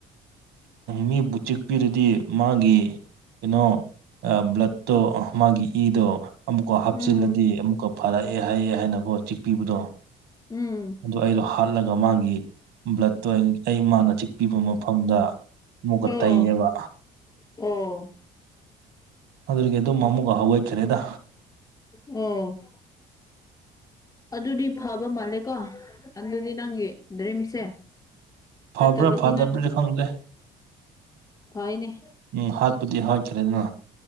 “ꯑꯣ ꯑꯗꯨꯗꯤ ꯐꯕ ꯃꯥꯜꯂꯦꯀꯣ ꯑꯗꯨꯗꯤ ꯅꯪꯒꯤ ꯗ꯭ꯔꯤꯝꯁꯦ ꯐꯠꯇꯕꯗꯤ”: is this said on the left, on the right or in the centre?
Left